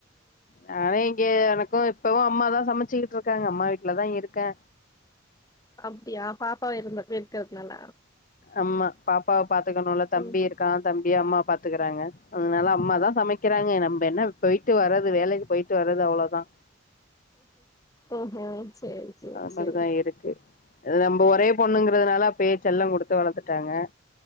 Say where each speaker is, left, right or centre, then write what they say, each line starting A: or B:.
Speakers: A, on the left (about 40°); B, on the left (about 20°).
A: நானா இங்கே எனக்கு இப்பவு அம்மாதா சமைச்சுக்கிட்டு ருக்காங்க அம்மா வீட்ல தா இருக்கே
B: அப்டியா பாப்பாவு இருந்த இப்ப இருக்கிறதுனால
A: அம்மா பாப்பாவ பாத்துக்கணுல தம்பி
B: ம்
A: இருக்கா தம்பிய அம்மா பாத்துக்கிறாங்க அதனால அம்மாதா சமைக்கிறாங்க நம்ம என்ன போயிட்டு வர்றது வேலைக்கு போயிட்டு வர்றது அவ்ளோதா
B: ஓ ஹோ சேரி சேரி
A: அது மாரிதா
B: சேரி
A: இருக்கு அது நம்ம ஒரே பொண்ணுங்கிறதுனால அப்பயே செல்ல குடுத்து வளத்துட்டாங்க